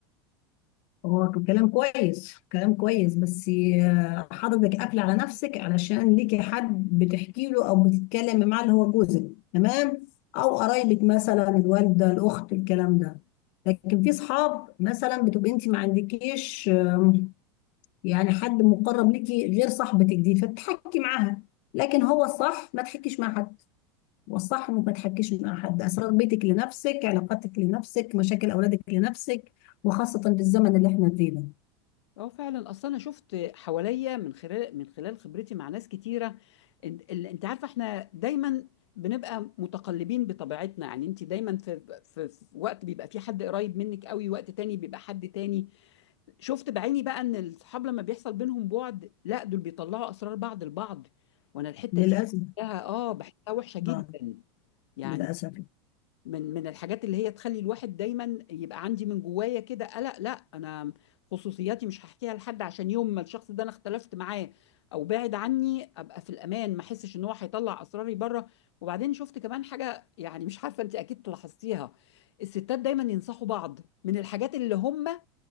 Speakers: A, on the left (about 55°); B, on the left (about 75°).
A: هو كلام كويس كلام كويس بس آه، حضرتك قافل على نفسك علشان ليكي حد بتحكي له او بتتكلمي معاه اللي هو جوزك تمام او قرايبك مثلا الوالده الاخت الكلام ده لكن في اصحاب مثلا بتبقي انت ما عندكيش آم، يعني حد مقرب ليكي غير صاحبتك دي فتحكي معاها لكن هو الصح ما تحكيش مع حد والصح انك ما تحكيش مع حد اسرار بيتك لنفسك علاقاتك لنفسك مشاكل اولادك لنفسك وخاصه بالزمن اللي احنا فيه ده
B: اه فعلا اصل انا شفت حواليا من خلال من خلال خبرتي مع ناس كتيره إن- ال- انت عارفه احنا دايما بنبقى متقلبين بطبيعتنا يعني انت دايما في, في, في وقت بيبقى في حد قريب منك قوي وقت تاني بيبقى حد تاني شفت بعيني بقى ان الصحاب لما بيحصل بينهم بعد لا دول بيطلعوا اسرار بعض البعض وانا الحته
A: للأسف
B: دي بحسها- اه بحسها وحشه جدا
A: آه
B: يعني
A: للأسف
B: من من الحاجات اللي هي تخلي الواحد دايما يبقى عندي من جوايا كده قلق لا انا خصوصياتي مش هحكيها لحد عشان يوم ما الشخص ده انا اختلفت معاه او بعد عني ابقى في الامان ما احسش ان هو هيطلع اسراري بره وبعدين شفت كمان حاجه يعني مش عارفه انت اكيد لاحظتيها الستات دايما ينصحوا بعض من الحاجات اللي هم